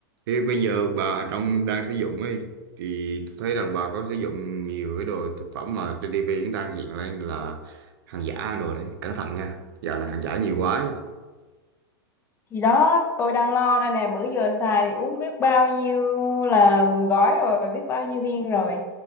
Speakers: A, on the right; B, on the left.
A: Thế bây giờ bà trong đang sử dụng ấy thì tôi thấy rằng bà có sử dụng nhiều cái đồ thực phẩm mà trên TV cũng đang hiện lên là hàng giả hàng đồ đấy cẩn thận nha dạo này hàng giả nhiều quá ấy.
B: thì đó tôi đang lo đây nè bữa giờ xài uống biết bao nhiêu là gói rồi biết bao nhiêu viên rồi